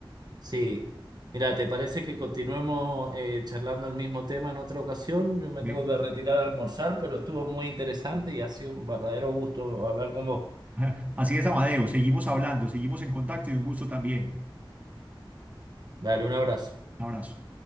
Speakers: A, on the right; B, on the right.
A: Sí, mira, ¿te parece que continuemos eh, charlando el mismo tema en otra ocasión? Yo me
B: Bien.
A: tengo que retirar a almorzar, pero estuvo muy interesante y ha sido un verdadero gusto hablar con vos.
B: <laughs> Así es, Amadeo, seguimos hablando, seguimos en contacto y un gusto también.
A: Dale, un abrazo.
B: Un abrazo.